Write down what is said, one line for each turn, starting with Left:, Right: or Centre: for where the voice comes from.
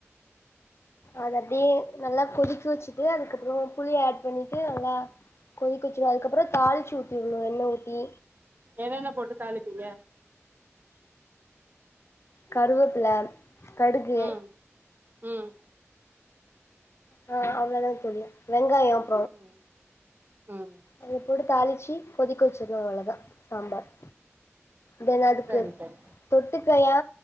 Left: அத அப்டியே நல்லா கொதிக்க வச்சுட்டு அதுக்கப்பறோ புளிய ஆட் பண்ணீட்டு நல்லா கொதிக்க வச்சுருவ அதுக்கப்பறோ தாளிச்சு ஊத்தீரனு எண்ண ஊத்தி
Right: என்னென்ன போட்டு தாளிப்பீங்க
Left: கருவேப்பிலை கடுகு
Right: ம் ம்
Left: ஆ அவ்வளோதான் தோழி வெங்காயம்
Right: ம் ம்
Left: அத போட்டு தாளிச்சி கொதிக்க வச்சிர்னு அவ்வளதா சாம்பார் தென் அதுக்கு
Right: சரி சரி
Left: தொட்டுக்கையா